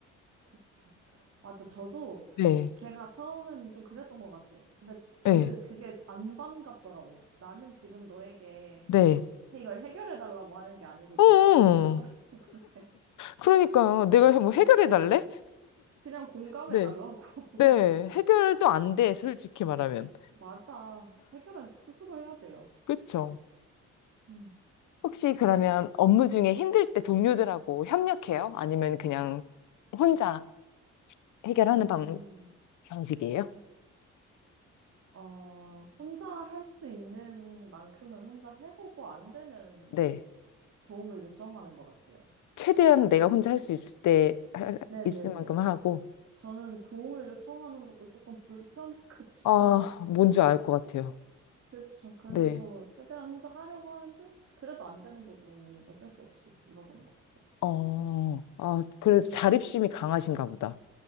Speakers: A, on the right; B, on the left.
A: 그쵸. 맞아. 저도
B: 네,
A: 걔가 처음엔 좀 그랬던 것 같아요. 근데 저는
B: 네,
A: 그게 안 반갑더라고요. 나는 지금 너에게 <laughs>
B: 네.
A: 이걸 해결해 달라고 하는 게 아니고 내
B: 응,
A: 말을 들어달라는 건데
B: 그러니까요. 내가 뭐 해결해 달래?
A: <laughs> 그냥 공감해
B: 네,
A: 달라고. <laughs>
B: 네. 해결도 안 돼, 솔직히 말하면.
A: 맞아. 해결은 스스로 해야 돼요.
B: 그쵸?
A: 음.
B: 혹시 그러면 업무 중에 힘들 때 동료들하고 협력해요? 아니면 그냥 혼자 해결하는
A: 음.
B: 방, 방식이에요?
A: 어, 혼자 할 수 있는 만큼은 혼자 해보고 안 되면
B: 네.
A: 도움을 요청하는 것 같아요.
B: 최대한 내가 혼자 할 수 있을 때, 할-
A: 네네네.
B: 있을 만큼 하고,
A: 그, 저는 도움을 요청하는 것도 조금 불편해가지고.
B: 아, 뭔지 알 것 같아요.
A: <laughs> 그쵸. 그래서
B: 네.
A: 최대한 혼자 하려고 하는데, 그래도 안 되는 부분은 어쩔 수 없이 물어보는 것 같아요.
B: 어, 아, 그래도 자립심이 강하신가 보다.